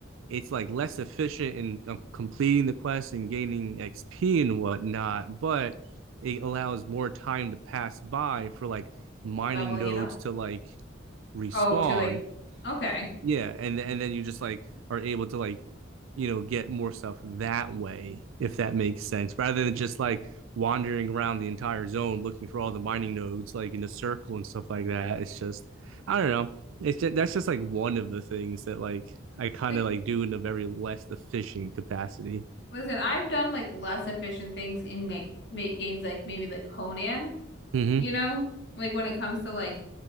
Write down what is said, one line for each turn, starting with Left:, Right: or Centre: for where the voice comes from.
Right: it's like less efficient in um, completing the quest and gaining XP and whatnot, but it allows more time to pass by for like mining
Left: Leveling
Right: nodes
Left: it up.
Right: to like respawn
Left: Oh, to like, okay.
Right: yeah, and and then you just like are able to like you know get more stuff that way if that makes sense, rather than just like wandering around the entire zone looking for all the mining nodes like in a circle and stuff like that. It's just I don't know. It's just, that's just like one of the things that like I kind
Left: Like,
Right: of like do in a very less efficient capacity.
Left: Listen, I've done like less efficient things in like ma games like maybe like Conan,
Right: Mm-hmm.
Left: you know? Like when it comes to like